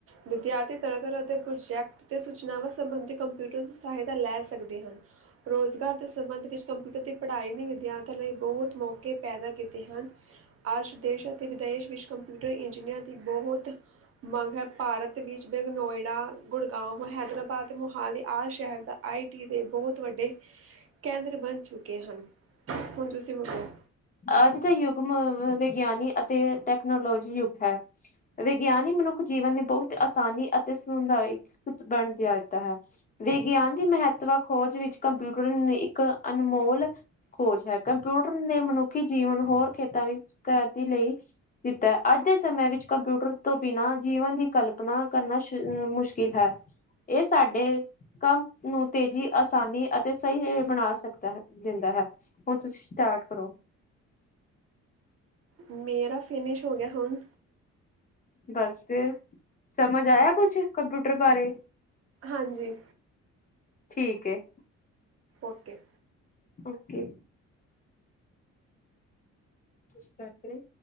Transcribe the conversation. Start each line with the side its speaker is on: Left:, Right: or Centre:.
Right: ਵਿਦਿਆਰਥੀ ਤਰ੍ਹਾਂ ਤਰ੍ਹਾਂ ਦੇ ਪ੍ਰੋਜੈਕਟ ਤੇ ਸੂਚਨਾਵਾਂ ਸੰਬੰਧੀ ਕੰਪਿਊਟਰ ਦੀ ਸਹਾਇਤਾ ਲੈ ਸਕਦੇ ਹਨ। ਰੋਜ਼ਗਾਰ ਦੇ ਸੰਬੰਧ ਵਿੱਚ ਕੰਪਿਊਟਰ ਦੀ ਪੜ੍ਹਾਈ ਨਹੀਂ । ਵਿਦਿਆਰਥੀਆਂ ਲਈ ਬਹੁਤ ਮੌਕੇ ਪੈਦਾ ਕੀਤੇ ਹਨ। ਅੱਜ ਦੇਸ਼ ਅਤੇ ਵਿਦੇਸ਼ ਵਿੱਚ ਕੰਪਿਊਟਰ ਇੰਜੀਨੀਅਰ ਦੀ ਬਹੁਤ ਮੰਗ ਹੈ। ਭਾਰਤ ਵਿੱਚ ਬੈਂਗ ਨੋਇਡਾ, ਗੁੜਗਾਓ, ਹੈਦਰਾਬਾਦ ਮੋਹਾਲੀ ਆਦਿ ਸ਼ਹਿਰ ਦਾ ਆਈ ਟੀ ਦੇ ਬਹੁਤ ਵੱਡੇ ਕੇਂਦਰ ਬਣ ਚੁੱਕੇ ਹਨ। ਹੁਣ ਤੁਸੀਂ ਮੁਕਾਓ।
Left: ਅੱਜ ਦੇ ਯੁਗ ਮ-ਮ ਵਿਗਿਆਨੀ ਅਤੇ ਟੈਕਨੋਲੋਜੀ ਯੁੱਗ ਹੈ। ਵਿਗਿਆਨੀ ਮਨੁੱਖ ਜੀਵਨ ਦੀ ਬਹੁਤ ਆਸਾਨੀ ਅਤੇ ਸੁਧ ਬਣ ਗਿਆ ਦਿੱਤਾ ਹੈ। ਵਿਗਿਆਨ ਦੀ ਮਹੱਤਵ ਖੋਜ ਵਿੱਚ ਕੰਪਿਊਟਰ ਇੱਕ ਅਨਮੋਲ ਖੋਜ ਹੈ। ਕੰਪਿਊਟਰ ਨੇ ਮਨੁੱਖ ਮਨੁੱਖੀ ਜੀਵਨ ਹੋਰ ਖੇਤਾਂ ਵਿੱਚ ਕਾਰਜ ਲਈ ਦਿੱਤਾ ਹੈ। ਅੱਜ ਦੇ ਸਮੇਂ ਵਿੱਚ ਕੰਪਿਊਟਰ ਤੋਂ ਬਿਨਾਂ ਜੀਵਨ ਦੀ ਕਲਪਨਾ ਕਰਨਾ ਸ਼ ਮੁਸ਼ਕਿਲ ਹੈ। ਇਹ ਸਾਡੇ ਕੰਮ ਨੂੰ ਤੇਜ਼ੀ, ਆਸਾਨੀ ਅਤੇ ਸਹੀ ਹੀ ਬਣਾ ਸਕਦਾ ਹੈ ਦਿੰਦਾ ਹੈ। ਹੁਣ ਤੁਸੀਂ ਸਟਾਰਟ ਕਰੋ।
Right: ਮੇਰਾ ਫਿਨਿਸ਼ ਹੋ ਗਿਆ, ਹੁਣ
Left: ਬਸ ਫਿਰ, ਸਮਝ ਆਇਆ ਕੁਝ ਕੰਪਿਊਟਰ ਬਾਰੇ?
Right: ਹਾਂਜੀ।
Left: ਠੀਕ ਏ ।
Right: ਓਕੇ।
Left: ਓਕੇ। ਇਸ ਕਰਕੇ